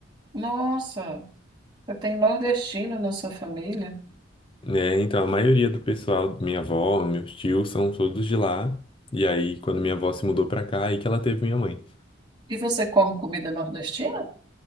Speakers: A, on the right; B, on the left.
A: Nossa, você tem nordestino na sua família.
B: né? Então a maioria do pessoal, minha avó, meus tios, são todos de lá. E aí, quando minha avó se mudou pra cá, aí que ela teve minha mãe.
A: E você come comida nordestina?